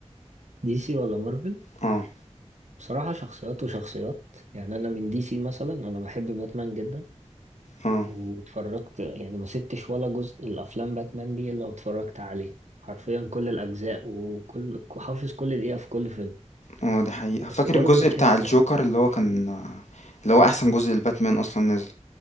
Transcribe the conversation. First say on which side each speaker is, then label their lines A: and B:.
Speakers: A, on the right (about 80°); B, on the left (about 75°).
A: دي سي ولا مارفل
B: اه
A: بصراحة شخصيات وشخصيات يعني انا من دي سي مثلا انا بحب باتمان جدا
B: اه
A: واتفرجت يعني ما سبتش ولا جزء الافلام باتمان دي الا واتفرجت عليه حرفيا كل الاجزاء وكل حافظ كل دقيقة في كل فيلم
B: اه دي حقيقة فاكر
A: بس برضه
B: الجزء
A: بحس
B: بتاع الجوكر اللي هو كان اللي هو احسن جزء الباتمان اصلا نزل